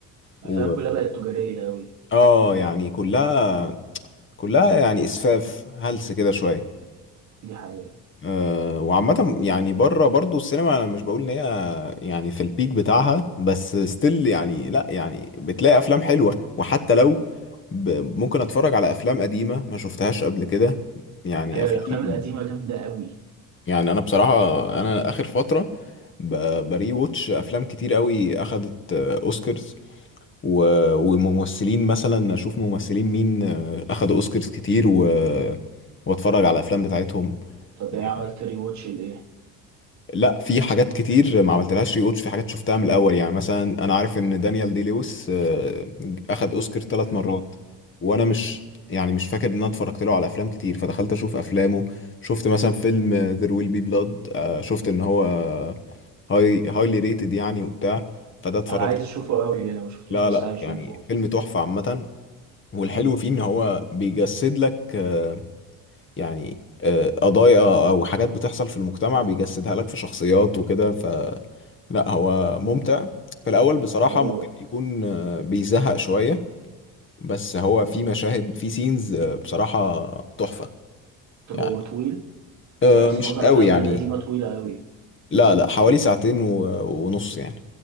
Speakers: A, on the right; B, on the left.
A: افلام
B: و
A: كلها بقت تجاريه قوي
B: اه يعني كلها كلها يعني اسفاف هلس كده شويه
A: دي حقيقه
B: أه وعامه يعني بره برضو السينما انا مش بقول ان هي يعني في البيك بتاعها بس ستيل يعني لا يعني بتلاقي افلام حلوة وحتى لو ب... ممكن اتفرج على افلام قديمة ما شفتهاش قبل كده يعني
A: ايوه
B: افلام
A: الافلام القديمه جامده قوي
B: يعني انا بصراحة انا اخر فترة ب... بري ووتش افلام كتير قوي اخدت آه، اوسكارز و... وممثلين مثلا اشوف ممثلين مين آه، اخدوا اوسكارز كتير و... واتفرج على الافلام بتاعتهم
A: طب
B: يعني
A: ايه عملت ري واتش لايه
B: لا في حاجات كتير ما عملتلهاش ري واتش في حاجات شفتها من الاول يعني مثلا انا عارف ان دانيال دي لويس آه، اخد اوسكار ثلاث
A: مهم.
B: مرات وانا مش يعني مش فاكر ان انا اتفرجت له على افلام كتير فدخلت اشوف افلامه شفت مثلا فيلم ذير ويل بي بلاد شفت ان هو هاي هايلي ريتد يعني وبتاع فده اتفرجت
A: انا عايز اشوفه قوي انا ما شفتوش
B: لا
A: بس
B: لا
A: عايز
B: يعني
A: اشوفه
B: فيلم تحفة عامة والحلو
A: مهم.
B: فيه ان هو بيجسد لك آه، يعني آه، قضايا او حاجات بتحصل في المجتمع بيجسدها لك في شخصيات وكده ف لا هو ممتع في الاول بصراحة
A: طب هو
B: ممكن يكون آه، بيزهق شوية بس هو في مشاهد في سينز بصراحة تحفة
A: طب
B: يعني
A: هو طويل
B: آه،
A: زي أصل
B: مش
A: معظم
B: قوي
A: الأفلام
B: يعني
A: القديمة طويلة أوي
B: لا لا حوالي ساعتين و- ونص يعني